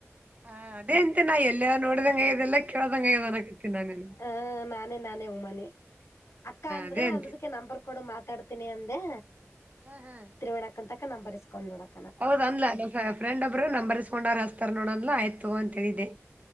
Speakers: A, on the right; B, on the left.
A: ಹ ಅದೇ ಅಂತ ನಾ ಎಲ್ಲ ನೋಡಿದಂಗಯದೆಲ್ಲ ಕೇಳ್ದಂಗಯದ ಅನಕತಿನಿ ನನಾ ನಿಂಗ್.
B: ಹ ನಾನೇ ನಾನೇ ಉಮ್ಮಾನಿ ಅಕ್ಕ ಅಂದ್ರ
A: ಅದೇ ಅಂತೆ
B: ಅಂದದಕ್ಕೆ ನಂಬರ್ ಕೊಡು ಮಾತಾಡ್ತೀನಿ ಅಂದೆ.
A: ಹಾ ಹಾ
B: ತ್ರಿವೇಣಿ ಅಕ್ಕನ್ಹಂತಕೆ ನಾ ಬರಿಸಸ್ಕೊಂಡ್ ನೋಡಕ.
A: ಹೌದ ಅಂದಲ ನಿಮ ಫ್ರೆಂಡ್ ಒಬ್ರು ನಂಬರ್ಸ್ಕೊಂಡ್ ಹಸ್ತಾರ ನೋಡಂದಲ ಆಯ್ತು ಅಂತ ಹೇಳಿದ್ದೆ.